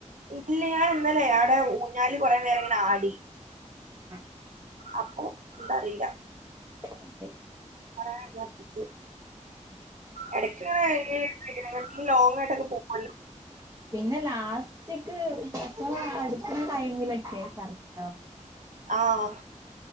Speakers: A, on the right (about 80°); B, on the right (about 25°).
A: ഇല്ല ഞൻ ഇന്നല്ലെ അടെ ഊഞ്ഞാല് കുറെ നേരം ഇങ്ങനെ ആടി.
B: ആഹ്
A: അപ്പൊ എന്താറീല
B: അത
A: കൊറേ ആണ്ട് ഛർദിച്ച് എടയ്ക്ക്ങ്ങനെ അയ്ന ലോങ്ങ് ആയിട്ടൊക്കെ പോവോല്ലോ
B: പിന്നെ ലാസ്റ്റ്ക്ക് പ്രസവം അടുക്ക്‌ന്ന ടൈമിലൊക്കെ ശർദി ഇണ്ടാവു..
A: ആഹ്